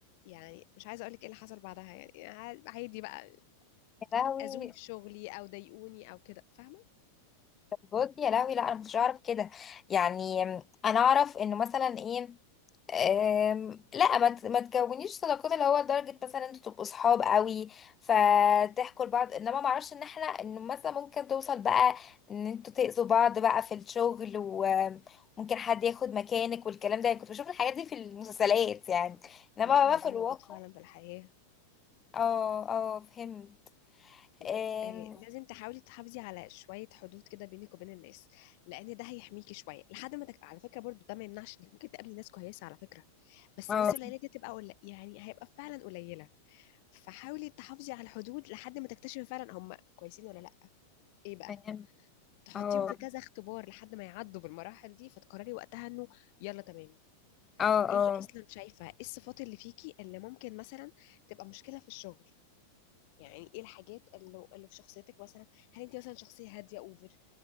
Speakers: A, on the left; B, on the left.
A: يعني مش عايزه اقول لك ايه اللي حصل بعدها يعني عادي بقى
B: يا لهوي
A: اذوني في شغلي او ضايقوني او كده فاهمه
B: بجد يا لهوي لا انا مش اعرف كده يعني انا اعرف انه مثلا ايه أم، لا ما ت- ما تكونيش صداقات اللي هو لدرجه مثلا انتوا تبقوا صحاب قوي فتحكوا لبعض انما ما اعرفش ان احنا انه مثلا ممكن توصل بقى ان انتوا تاذوا بعض بقى في الشغل وممكن حد ياخد مكانك والكلام ده يعني كنت بشوف الحاجات دي في المسلسلات يعني انما
A: لا هو
B: بقى
A: ده
B: في الواقع
A: موجود فعلا في الحياة
B: اه اه فهمت
A: لا،
B: أم،
A: إيه، لازم تحاولي تحافظي على شويه حدود كده بينك وبين الناس لان ده هيحميكي شويه لحد ما تك... على فكره برضو ده ما يمنعش انك ممكن تقابلي ناس كويسه على فكره بس
B: اه
A: الناس القليله دي تبقى قل... يعني هيبقى فعلا قليله فحاولي تحافظي على الحدود لحد ما تكتشفي فعلا هم كويسين ولا لا ايه بقى
B: فهمت
A: تحطيهم
B: اه
A: في كذا اختبار لحد ما يعدوا بالمراحل دي فتقرري وقتها انه يلا تمام
B: اه اه
A: انت اصلا شايفه ايه الصفات اللي فيكي اللي ممكن مثلا تبقى مشكله في الشغل يعني ايه الحاجات اللي, اللي في شخصيتك مثلا هل انت مثلا شخصيه هاديه اوفر